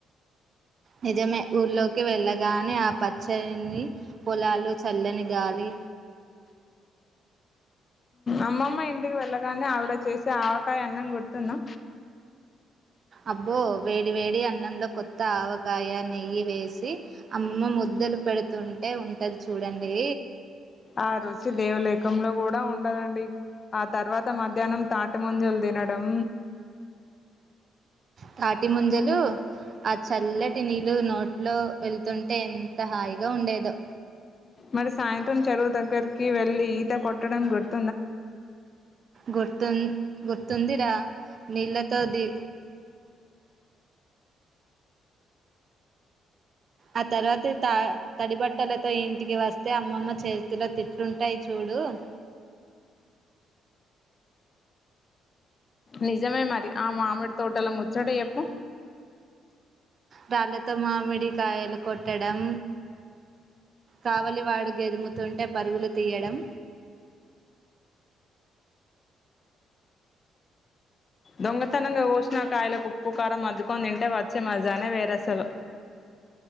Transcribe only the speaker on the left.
అమ్మమ్మ ఇంటికి వెళ్ళగానే ఆవిడ చేసే ఆవకాయ అన్నం గుర్తున్నా
ఆ రోజ్ లేవలేఖంలో కూడా ఉండదండి ఆ తర్వాత మధ్యాహ్నం తాటి ముంజలు తినడం
మరి సాయంత్రం చెరువు దగ్గరకి వెల్లి ఈత కొట్టడం గుర్త్
నిజమే మరి ఆ మామిడి తోటలో ముచ్చోట ఎప్పు
దొంగతనంగా ఓసిన కాయల ఉప్పు కారం మద్దుకొ తింటే వచ్చే మజానే వేరసలు